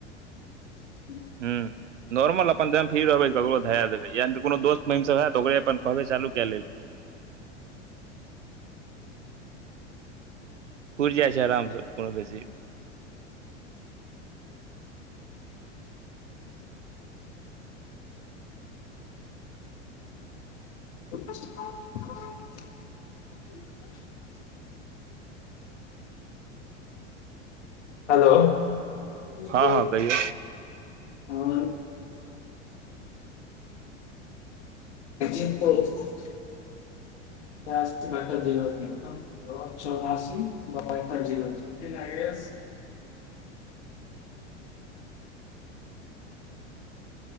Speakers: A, on the left; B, on the right.
A: <inaudible>
B: हूँ नॉर्मल अपन जखन फ्री रहबै तऽकरो धरा देबै यानि कोनो दोस्त महीम सभ हेऽतऽ ओकरे अपन कहबै चालू कए लेल पूरि जाइ छै आरामसँ कोनो बेसी
A: <inaudible> हेलो कि
B: हँ
A: हो
B: हँ कहियौ
A: <unintelligible> ट को <unintelligible> ती बर जरती चौराशी बर जरती <unintelligible> नति <unintelligible> न आगड़ज